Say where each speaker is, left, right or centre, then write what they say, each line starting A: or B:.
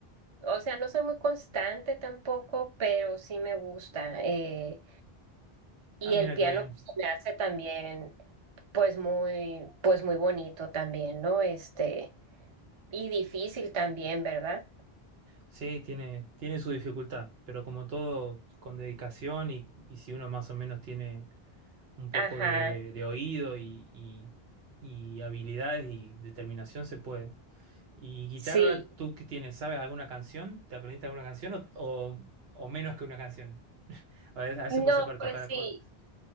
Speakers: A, on the right (about 35°); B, on the right (about 75°).
A: o sea, no soy muy constante tampoco, pero sí me gusta. Eh, y
B: Ah, mira
A: el piano
B: qué bien.
A: pues, se me hace también pues muy, pues muy bonito también, ¿no? Este, y difícil también, ¿verdad?
B: Sí, tiene, tiene su dificultad, pero como todo, con dedicación y, y si uno más o menos tiene un poco
A: Ajá,
B: de, de oído y, y- y habilidades y determinación, se puede. ¿Y guitarra,
A: sí.
B: tú qué tienes? ¿Sabes alguna canción? ¿Te aprendiste alguna canción o, o- o menos que una canción? <laughs> A veces, a veces
A: No,
B: puede ser para tocar
A: pues
B: acordes.
A: sí,